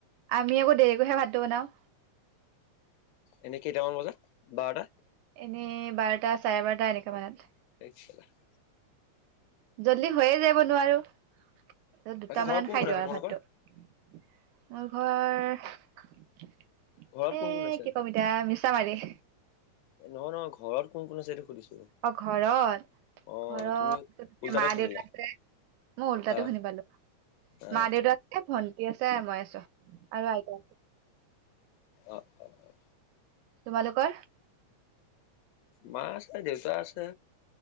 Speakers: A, on the right; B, on the left.
A: আমি আকৌ দেৰিকৈহে ভাতটো বনাওঁ।
B: এনে কেইটামান বজাত? বাৰটা।
A: এনেই বাৰটা চাৰে বাৰটা এনেকুৱা মানত।
B: <unintelligible>
A: জল্দি হৈয়ে যায়াব, নোৱাৰো দুটামানত
B: বাকী ঘৰত কোন
A: খাই
B: কোন
A: দিওঁ
B: আছে
A: আৰু
B: তোমালোকৰ
A: ভাতটো। মোৰ ঘৰ
B: ঘৰত
A: এ
B: কোন কোন আছে
A: কি কম এতিয়া মিছা মাৰি।
B: এ নহয় নহয় ঘৰত কোন কোন আছে এইটো সুধিছো।
A: অ', ঘৰত।
B: অ
A: ঘৰত
B: তুমি উল্টাতে
A: মা-দেউতা
B: শুনিলা
A: আছে, মই উল্টাটো
B: অ
A: শুনি পালোঁ।
B: অ
A: মা দেউতা আছে, ভন্টি আছে, মই আছোঁ আৰু আইতা আছে।
B: অ', অ', অ'।
A: তোমালোকৰ?
B: মা আছে দেউতা আছে।